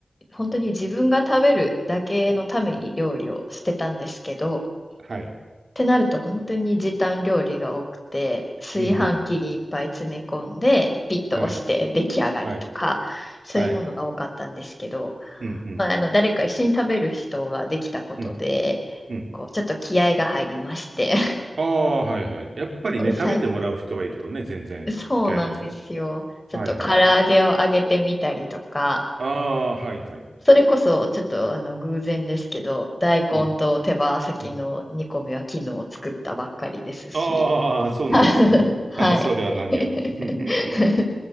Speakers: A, on the left; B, on the right.
A: 本当に自分が食べるだけのために料理をしてたんですけど、
B: はい。
A: てなると本当に時短料理が多くて、炊飯器にいっぱい詰め込んで、
B: うん。
A: ピッと押して出来上がりとか、
B: はい。はい。
A: そういうものが多かったんですけど、
B: はい。うん。うん。
A: まあ、あの誰か一緒に食べる人ができたことで、
B: うん。うん。
A: こうちょっと気合が入りまして
B: ああ、はいはい。やっぱりね、
A: <laughs>
B: 食べてもらう人がいるとね、
A: さい
B: 全然違いますよ。
A: そうなんですよ。ちょっと唐揚げを揚げてみたりとか、
B: はいはいはい。ああ、はいはい。
A: それこそちょっとあの偶然ですけど、大根と手羽先の煮込みは昨日作ったばっかりですし。
B: うん。うん。ああ、そうなんですね。
A: <laughs> はい。
B: <laughs> それは何より <laughs>
A: <laughs>